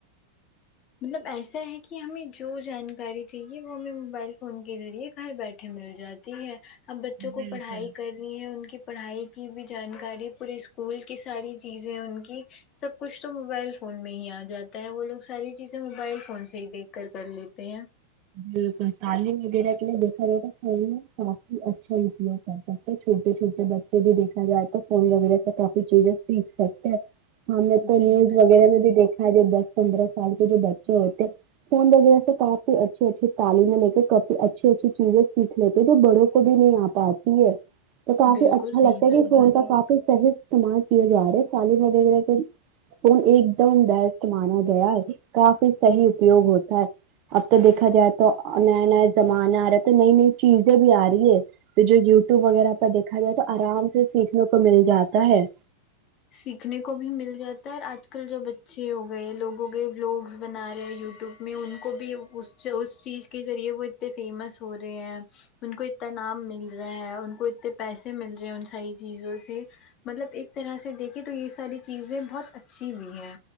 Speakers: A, on the left; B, on the right.
A: مطلب ایسا ہے کہ ہمیں جو جانکاری چاہیے وہ ہمیں موبائل فون کے ذریعے گھر بیٹھے مل جاتے ہے اب بچوں
B: بالکل
A: کو پڑھائی کر ان کی پڑھائی کی بھی جانکاری پورے اسکول کی ساری چیزیں ان کی سب کچھ تو موبائل فون میں ہی آ جاتا ہے وہ لوگ ساری چیزیں موبائل فون سے ہی دیکھ کر کر لیتے ہیں
B: بالکل تعلیم وغیرہ کے لیے دیکھا جاتا فون کافی اچھا نکلا کر تھا چھوٹے چھوٹے بچے بھی دیھکا جائے تو فون وغیرہ سے کافی چیزیں سیکھ سکتے ہیں ہم نے تو
A: جی
B: نیوز
A: بالکل
B: وغیرہ میں بھی دیکھا ہے بس پندرہ سال کے جو بچے ہوتے فون وغیرہ سے کاف اچھھی اچھی تعلیم کے کافی اچھی اچھی چیزیں سیکھ لیتے جو بڑوں کو کو بھی نہیں آ پاتی ہے تو کافی
A: بالکل
B: اچھا
A: صحیح
B: لگتا ہے
A: فرما
B: کہ فون
A: رہی
B: کا
A: ہیں
B: کافی صحیح استعمال کیے جا رہے ہیں تعلیم وغیرہ پے فون ایک دم بیسٹ مانا گیا ہے کافی صحیح اپیوگ ہوتا ہے اب تو دیکھا جائے تو نئے نئے زمانے آ رہے تو نئی نئی چیزیں بھی آ رہی ہے تو جو یوٹیوب وغیرہ پر دیکھا جائے تو آرام سے سیکھنے کو مل جاتا ہے
A: سیکھنے کو بھی مل جاتا ہے اور آج کل جو بچے ہو گئے لوگوں کے ولوگس بنا رہے یوٹیپ میں ان کو بھی اس چ اس چیز کے ذریعے وہ اتنے فیمس ہو رہے ہیں ان کو اتنا نام مل رہا ہے ان کو اتنے پیسے مل رہے ہیں ان ساری چیزوں سے مطلب ایک طرح سے دیکھیں تو یہ ساری چیزیں بہت اچھی بھی ہیں